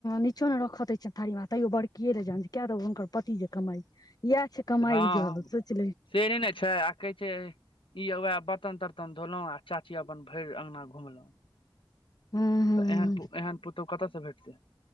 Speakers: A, on the left; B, on the left.
A: नचो ने रखत हे थारीमे तैयो बड़कीए ले जान किया त हुनकर पति जे कमाइ इएह छै कमाइ
B: हँ
A: उजर सोचि ले
B: से नहि ने छै आ कहै छै ईएह बर्तन तर्तन धोलहुं आ चाची अपन भरि अङंगगना घुमलहुं
A: हुं हुं
B: तऽ एहन एहन पुतहु कतयसँ भेटतै